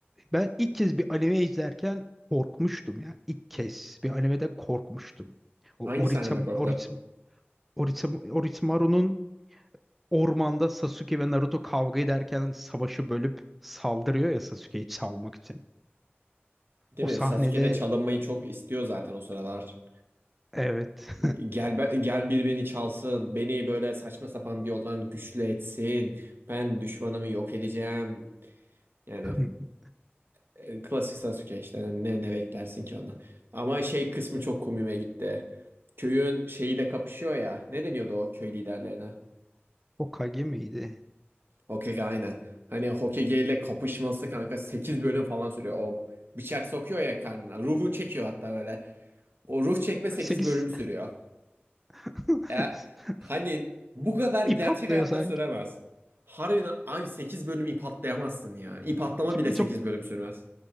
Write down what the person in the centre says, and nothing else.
ben ilk kez bir anime izlerken korkmuştum ya. İlk kez bir animeden korkmuştum. O
Orita,
Orita, Orita, Orochimaru'nun Ormanda Sasuke ve Naruto kavga ederken savaşı bölüp saldırıyor ya Sasuke'yi çalmak için.
O sahnede
evet.
<laughs>
Hokage miydi?
Sekiz
<laughs>
ip atlıyor
sanki.
Çünkü
çok